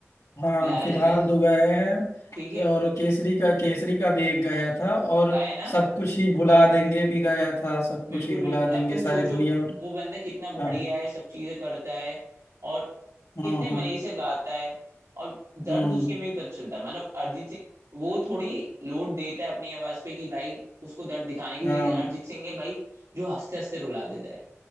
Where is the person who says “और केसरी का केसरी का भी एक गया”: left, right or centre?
Left